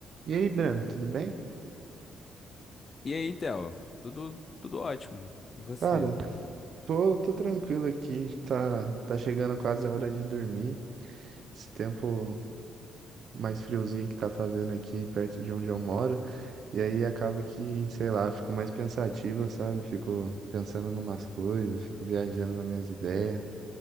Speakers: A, on the right; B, on the left.
A: E aí, Breno, tudo bem?
B: E aí, Theo? Tudo, tudo ótimo. E Você?
A: Cara, tô, tô tranquilo aqui. Tá, tá chegando quase a hora de dormir. Esse tempo mais friozinho que tá fazendo aqui perto de onde eu moro. E aí acaba que, sei lá, fico mais pensativo, sabe? Fico pensando em umas coisas, fico viajando nas minhas ideias.